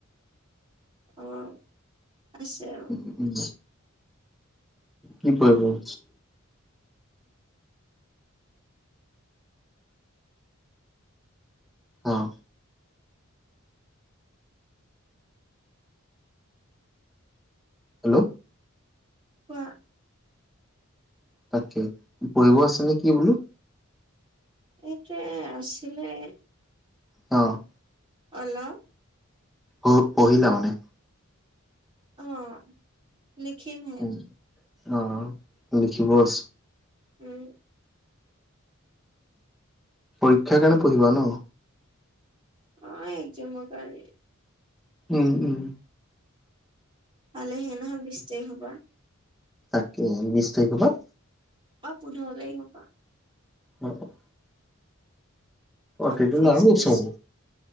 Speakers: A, on the right (about 25°); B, in the centre.
A: অ', আছে। অ
B: উম। কি কৰিব আছে? অ'। হেল্ল'?
A: কোৱা?
B: তাকে, পঢ়িব আছে নে কি বোলোঁ?
A: এইটোৱে আছিলে।
B: অ'।
A: হেল্লো'?
B: প- পঢ়িলা মানে?
A: অ', লিখিম হে।
B: উম অ', লিখিব আছে?
A: উম।
B: পৰীক্ষা কাৰণে পঢ়িবা ন?
A: অ', একজামৰ কাৰণে।
B: উম-উম।
A: পালেহিয়েই নহয় বিছ তাৰিখৰ পৰা।
B: তাকে, বিচ তাৰিখৰ পৰা?
A: অ', পোন্ধৰ তাৰিখৰপৰা।
B: অ', অ'। তেতিয়াহ'লে
A: ৰেফ্ৰেশ
B: আৰু
A: হৈ গৈছে,
B: চাব